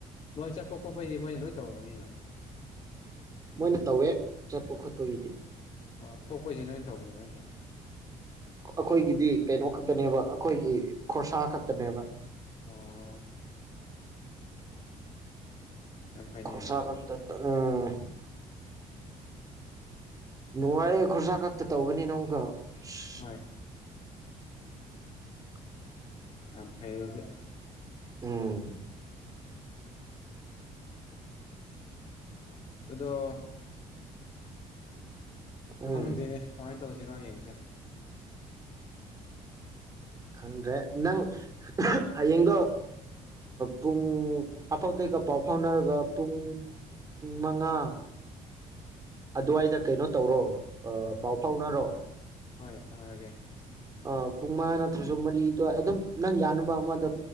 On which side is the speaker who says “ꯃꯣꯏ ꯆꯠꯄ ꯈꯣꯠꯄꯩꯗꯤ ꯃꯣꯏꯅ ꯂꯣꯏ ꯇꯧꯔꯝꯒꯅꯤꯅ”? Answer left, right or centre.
Left